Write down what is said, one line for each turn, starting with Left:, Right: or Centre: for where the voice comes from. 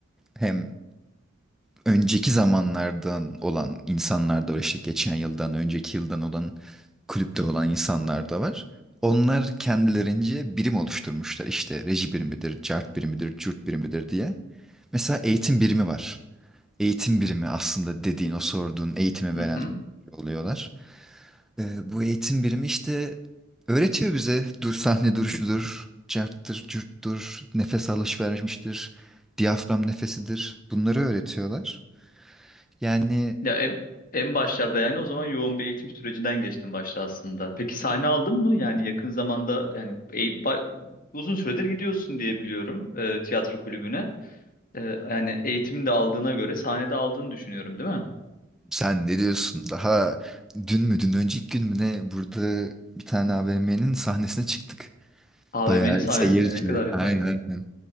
Centre: Hem önceki zamanlardan olan insanlar da var işte geçen yıldan, önceki yıldan olan kulüpte olan insanlar da var. Onlar kendilerince birim oluşturmuşlar işte reji birimidir, cart birimidir, cürt birimidir diye. Mesela eğitim birimi var. Eğitim birimi aslında dediğin o sorduğun eğitimi
Left: <laughs>
Centre: veren oluyorlar. Ee, bu eğitim birimi işte öğretiyor bize dur sahne duruşudur, carttır, cürttür, nefes alış vermiştir, diyafram nefesidir. Bunları öğretiyorlar. Yani
Left: Ya en, en başlarda yani o zaman yoğun bir eğitim sürecinden geçtim başta aslında. Peki sahne aldın mı? Yani yakın zamanda yani eğ- ba- uzun süredir gidiyorsun diye biliyorum e, tiyatro kulübüne. E, yani eğitimini de aldığına göre sahnede aldığını düşünüyorum değil mi?
Centre: sen ne diyorsun? Daha dün mü, dün önceki gün mü ne burada bir tane AVM'nin sahnesine çıktık.
Left: AVM'nin
Centre: Bayağı
Left: sahnesini
Centre: seyircili.
Left: ne kadar güzel.
Centre: Aynen aynen.